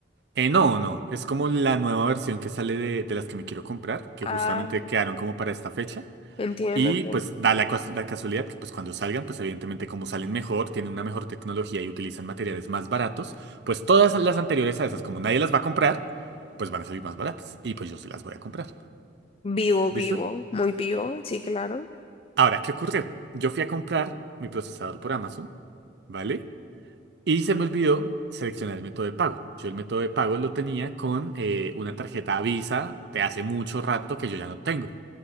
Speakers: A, on the right; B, on the left.
A: Eh, no, no. Es como la nueva versión que sale de, de las que me quiero comprar, que
B: Ah,
A: justamente quedaron como para esta fecha.
B: entiendo,
A: Y
B: entiendo.
A: pues da la, cas- la casualidad que pues cuando salgan, pues evidentemente como salen mejor, tienen una mejor tecnología y utilizan materiales más baratos, pues todas las anteriores a esas, como nadie las va a comprar, pues van a salir más baratas. Y pues yo sí las voy a comprar.
B: Vivo,
A: ¿Listo?
B: vivo, muy vivo, sí, claro.
A: Ahora, ¿qué ocurrió? Yo fui a comprar mi procesador por Amazon, ¿vale? Y se me olvidó seleccionar el método de pago. Yo el método de pago lo tenía con eh, una tarjeta Visa de hace mucho rato que yo ya no tengo.